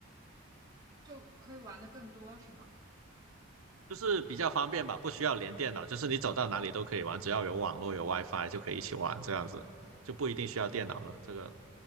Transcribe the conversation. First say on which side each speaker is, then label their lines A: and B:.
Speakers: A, on the right; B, on the right.
A: 就可以玩的更多是吗？
B: 就是比较方便吧，不需要连电脑，就是你走到哪里都可以玩，只要有网络有 WiFi 就可以一起玩，这样子就不一定需要电脑了。这个